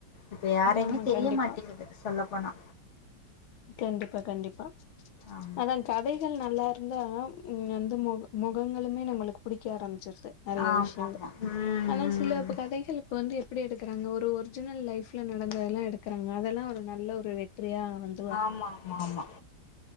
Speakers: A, on the left; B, on the left.
A: இப்ப யாரையுமே
B: ஆமா
A: தெரிய
B: கண்டிப்பா
A: மாட்டிங்குது சொல்லப்போனா
B: கண்டிப்பா கண்டிப்பா
A: ஆமா
B: அதா கதை கள் நல்லாருந்தா ம் அந்த மொக மொகங்களுமே நம்மளுக்கு புடிக்க ஆரம்பிச்சிருது நறைய
A: ஆமா
B: விஷ்யங்க
A: ஆமா ம்
B: ஆனா
A: ம்
B: சில ப கதைகள் இப்ப வந்து எப்டி எடுக்குறாங்க ஒ ரு ஒருஜினல் லைஃப்ல நடந்ததெல்லா எடுக்குறாங் க அதெல்லா ஒரு நல்ல ஒரு வெற்றியா வந்
A: ஆமாமாமா